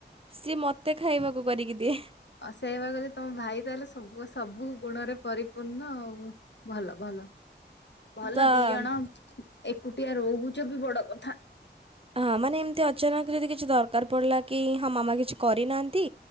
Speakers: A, on the right (about 30°); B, on the left (about 75°).
A: ସିଏ ମୋତେ ଖାଇବାକୁ କରିକି ଦିଏ
B: ଅସେଇବା ଗଲେ ତମ ଭାଇ ତାହେଲେ ସବୁ ସବୁ ଗୁଣରେ ପରିପୂର୍ଣ୍ଣ ଆଉ ଭଲ ଭଲ, ଭଲ
A: ତ
B: ଦି ଜଣ ଏକୁଟିଆ ରହୁଛ ବି ବଡ କଥା
A: ହଁ ମାନେ ଏମିତି ଅଚାନକ ଯଦି କିଛି ଦରକାର ପଡିଲା କି, ହଁ ମାମା କିଛି କରିନାହାନ୍ତି?